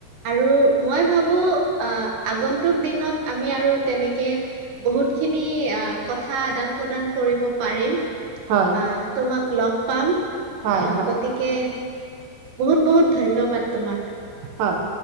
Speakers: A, on the right; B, on the right.
A: আৰু মই ভাবো, আহ আগন্তুক দিনত আমি আৰু তেনেকে। বহুত খিনি আহ কথা আদান প্ৰদান কৰিব পাৰিম।
B: হয়,
A: আহ তোমাক লগ পাম,
B: হয়,
A: আহ
B: হয়,
A: গতিকে। বহুত বহুত ধন্যবাদ তোমাক।
B: হয়